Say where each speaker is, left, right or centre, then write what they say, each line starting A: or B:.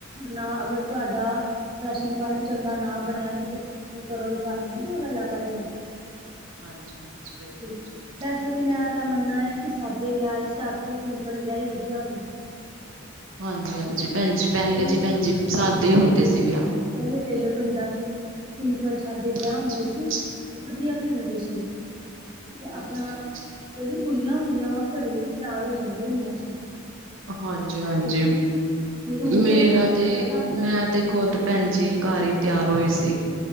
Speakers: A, on the right; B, on the right.
A: ਨਾ ਅਗਰ ਤੁਹਾਡਾ ਰਾਸ਼ਨ ਪਾਣੀ ਚੰਗਾ ਨਾ ਬਣਿਆ ਤੇ ਫੇਰ ਤ ਕੀ ਕਰੋਗੇ ਤੁਹਾਨੂੰ ਨੀ ਕੋਈ ਗੱਲਾਂ ਕਰੇਗਾ
B: ਹਾਂਜੀ- ਹਾਂਜੀ ਬਿਲਕੁਲ
A: ਵੈਸੇ
B: ਜੀ।
A: ਤੇ ਮੇਰਾ ਮੰਨਣਾ ਹੈ ਕਿ ਸਾਦੇ ਵਿਆਹ ਹੀ ਸਾਦੇ ਸਿੰਪਲ ਵਿਆਹ ਹੀ ਵਧੀਆ ਹੁੰਦੇ ਨੇ।
B: ਹਾਂਜੀ- ਹਾਂਜੀ। ਪੈਣ ਜੀ ਪਹਿਲੇ
A: ਪਹਿਲ
B: ਜੀ ਪੈਣ ਜੀ ਸਾਦੇ ਹੀ ਹੁੰਦੇ ਸੀ ਵਿਆਹ
A: ਪਹਿਲੇ ਵੇਹਲੋ ਪਿੰਡਾਂ ਚ ਸਿੰਪਲ ਸਾਦੇ ਵਿਆਹ
B: ਹਾਂਜੀ
A: ਹੁੰਦੇ ਸੀ। ਵਧੀਯਾਂ ਵੀ ਹੁੰਦੇ ਸੀ। ਤੇ
B: ਹਾਂਜੀ-ਹਾਂਜੀ,
A: ਆਪਣਾ ਜੇੜੀ ਕੁੜੀਆਂ ਹੁੰਦੀਆਂ ਉਹ ਘਰੇ ਹੀ ਤਿਆਰ ਹੋ ਜਾਂਦੀਆਂ ਹੁੰਦੀਆਂ ਸੀ।
B: ਹਾਂਜੀ- ਹਾਂਜੀ
A: ਰੂਪ
B: ਮੇਰਾ
A: ਨਾ
B: ਤੇ
A: ਚੜ੍ਹਦਾ ਹੁੰਦਾ
B: ਮੈਂ
A: ਸੀ
B: ਤੇ ਖੁਦ ਪੈਣ ਜੀ ਘਰ ਈ ਤਿਆਰ ਹੋਈ ਸੀ।